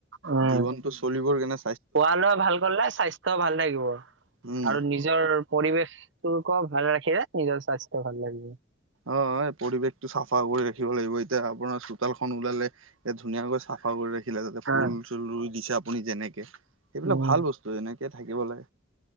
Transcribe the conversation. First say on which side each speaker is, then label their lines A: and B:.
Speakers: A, on the right; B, on the right.
A: উম
B: জীৱনতটো চলিবৰ কেনে
A: খোৱা লোৱা ভাল কৰিলে স্বাস্থ্য ভালে থাকিব।
B: উম
A: আৰু নিজৰ পৰিৱেশটোকো ভালে ৰাখিলে নিজৰ স্বাস্থ্য ভাল লাগিব।
B: অ' এই পৰিৱেশতটো চাফা কৰি ৰাখিব লাগিব, এতিয়া আপোনাৰ চোতালখন ওলালে ধুনীয়াকৈ চাফা কৰি ৰাখিলে যাতে
A: হা,
B: ফুল চুল ৰুই দিছে আপুনি যেনেকে। সেইবিলাক
A: উম,
B: ভাল বস্তু এনেকে থাকিব লাগে